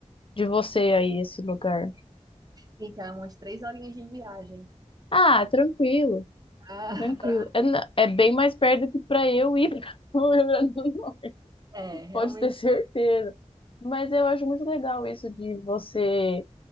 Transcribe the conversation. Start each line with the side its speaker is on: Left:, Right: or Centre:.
Left: de você aí esse lugar?
Right: Fica umas três horinhas de viagem.
Left: Ah, tranquilo,
Right: Ah,
Left: tranquilo.
Right: <laughs> pra...
Left: É, na- é bem mais perto que pra eu ir <laughs> para o Rio Grande do Norte.
Right: É, realmente.
Left: Pode ter certeza. Mas eu acho muito legal isso de você